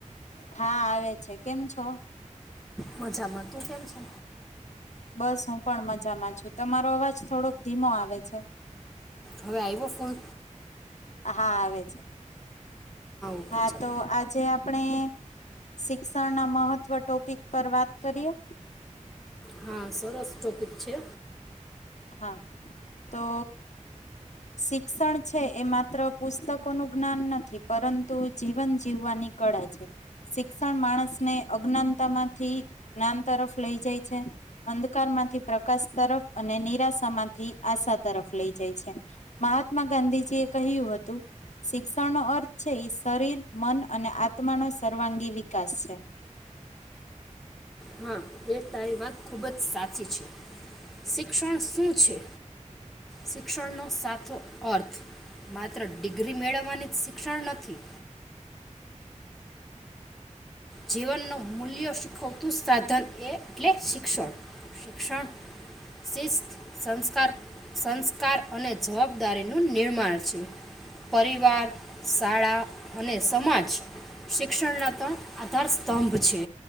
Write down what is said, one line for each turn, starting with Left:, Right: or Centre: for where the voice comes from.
Left: હા આવે છે કેમ છો
Centre: મજામાં તું કેમ છે
Left: બસ હું પણ મજામાં છું તમારો અવાજ થોડોક ધીમો આવે છે
Centre: હવે આયવો ફૂલ
Left: હા આવે છે
Centre: ઓકે
Left: હા
Centre: ચાલ
Left: તો આજે આપ આપણે શિક્ષણના મહત્વ ટોપિક પર વાત કરીએ
Centre: હા સરસ ટોપિક છે
Left: હા તો શિક્ષણ છે એ માત્ર પુસ્તકોનું જ્ઞાન નથી પરંતુ જીવન જીવવાની કળા છે શિક્ષણ માણસને અજ્ઞાનતામાંથી જ્ઞાન તરફ લઈ જાય છે અંધકારમાંથી પ્રકાશ તરફ અને નિરાશામાંથી આશા તરફ લઈ જાય છે મહાત્મા ગાંધીજીએ કહ્યું હતું શિક્ષણનો અર્થ છે એ શરીર મન અને આત્માનો સર્વાંગી વિકાસ છે
Centre: હા એ તારી વાત ખુબ જ સાચી છે શિક્ષણ શું છે શિક્ષણનો <unintelligible> અર્થ માત્ર ડિગ્રી મેળવવાની શિક્ષણ નથી જીવન નુ મૂલ્ય શીખવતું સાધન એ એટલે શિક્ષણ શિક્ષણ શિસ્ત સંસ્કાર સંસ્કાર અને જવાબદારીનું નિર્માણ છે પરિવાર શાળા અને સમાજ શિક્ષણના ત્રણ આધાર સ્તંભ છે